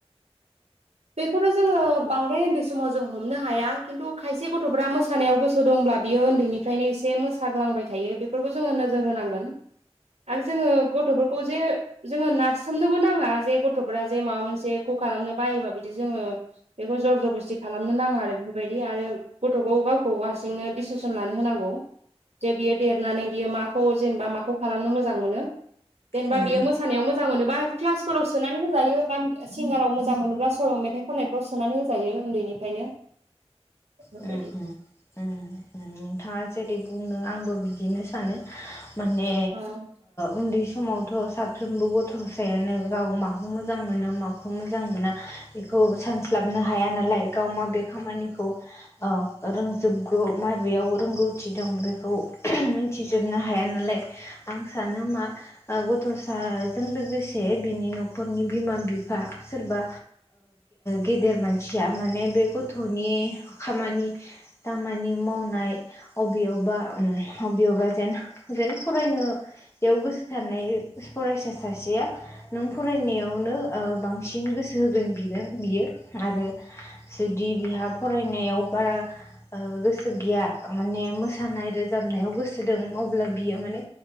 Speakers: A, on the right (about 85°); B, on the left (about 25°).
A: बेखौथ' जोङो बांद्राय उन्दै समाव जों हमनो हाया खिन्थु खायसे गथ'फ्रा मोसानायाव गोसो दंब बियो उन्दैनिफ्रायनो एसे मोसाग्लांबाय थायो बे बेफोरखौ जोङो नोजोर होनांगोन आरो जोङो गथ'फोरखौ जे जोङो नार्स सोमनोबो नाङा जे गथ'फ्रा जे माबा मोनसे ख खालामनो बायोबा बिदि जोङो बेखौ जर जबस्थि खालामनो नाङा आरो बेफोरबायदि आरो गथ'खौ गावखौ हारसिंनो डिसिसन लानो होनांगौ जे बियो देरनानै बियो माखौ जेनेबा माखौ खालामनो मोजां मोनो जेनेबा
B: उम
A: बियो मोसानायाव मोजां मोनोबा क्लासफोराव सोनानै होजायो बा सिंगाराव मोजां मोनोब्ला सल' मेथाइ खननायफ्राव सोनानै होजायो उन्दैनिफ्रायनो बेफोरबायदि
B: नोंथाङा जेरै बुंनो आंबो बिदिनो सानो माने
A: औ
B: उन्दै समावथ' साफ्रोमबो गथ'सायानो गाव माखौ मोजां मोनो माखौ मोजां मोना बेखौ खौ सानस्लाबनो हाया नालाय गाव माबे खामानिखौ औ रोंजोबगौ माबेयाव रोंगौथि दं बेखौ मिथिजोबनो हाया नालाय आं सान मा गथ'साजों लोगोसे बिनि न'खरनि बिमा- बिफा सोरबा गेदेर मानसिया माने बेखौ गथ'नि खामानि -दामानि मावनाय बबेयाव माबियाव जेन जेन फरायनायाव गोसो थानाय फरायसा सासेया नों फराय फरायनायावनो बांसिन गोसो होगोन बिगोन बियो आरो जुदि बिहा फराय फरायनायाव बारा गोसो गैया माने मोसानाय रोजाबनायाव गोसो दं अब्ला बियो माने